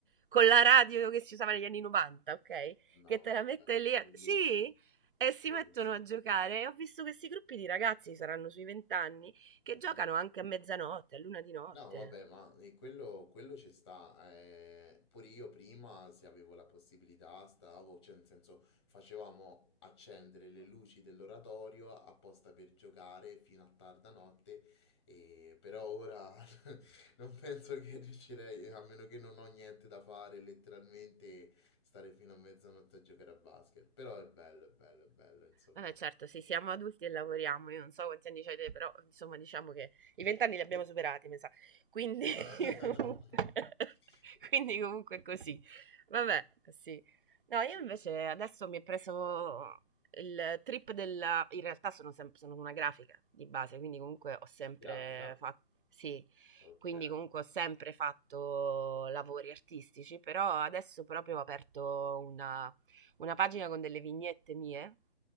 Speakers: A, on the right; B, on the left.
A: con la radio che si usava negli anni 90, ok?
B: No,
A: Che te
B: vabbè,
A: la mette lì.
B: bellissimo,
A: a- Sì. E si
B: bellissimo.
A: mettono a giocare. E ho visto questi gruppi di ragazzi, saranno sui 20 anni, che
B: Mhm.
A: giocano anche a mezzanotte, a luna di notte.
B: No, vabbè, ma eh, quello, quello ci sta. eh, pure io prima, se avevo la possibilità, stavo, cioè nel senso, facevamo accendere le luci dell'oratorio apposta per giocare fino a tarda notte, e, però ora <laughs> non penso che riuscirei, a meno che non ho niente da fare, letteralmente stare fino a mezzanotte a giocare a basket. Però è bello, è bello, è bello, insomma.
A: Vabbè, certo, sì, siamo adulti e lavoriamo. Io non so quanti anni avete, però insomma, diciamo che i vent'anni li abbiamo superati, mi sa. Quindi, <laughs>
B: <laughs>
A: quindi comunque è così. Vabbè, sì. No,
B: <laughs>
A: io invece adesso mi è preso il trip della... In realtà sono, sem- sono una grafica di base, quindi comunque ho sempre
B: Grafica?
A: fatto... Sì,
B: Ok.
A: quindi comunque ho sempre fatto lavori artistici, però adesso proprio ho aperto una, una pagina con delle vignette mie